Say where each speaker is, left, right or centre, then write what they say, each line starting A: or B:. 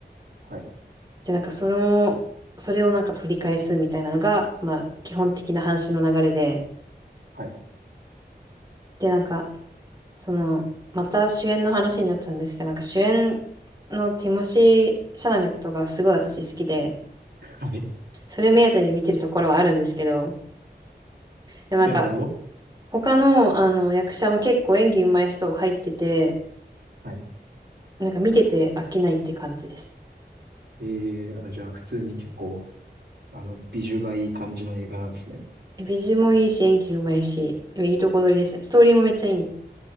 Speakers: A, on the right (about 70°); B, on the right (about 20°).
A: はい。
B: で、なんかその、それをなんか取り返すみたいなのが、まあ基本的な話の流れで、
A: はい。
B: で、なんか、その、また主演の話になっちゃうんですけど、なんか主演のティモシー・シャラメットがすごい私好きで、
A: はい。
B: それ目当てに見てるところはあるんですけど、でもなんか、
A: なるほど。
B: 他の、あの役者も結構演技上手い人入ってて、
A: はい。
B: なんか見てて飽きないって感じです。
A: えー、あ、じゃあ普通に結構、あの、ビジュがいい感じの映画なんですね。
B: 美人もいいし、演技上手いし、いいとこ取りですね。ストーリーもめっちゃいいんで。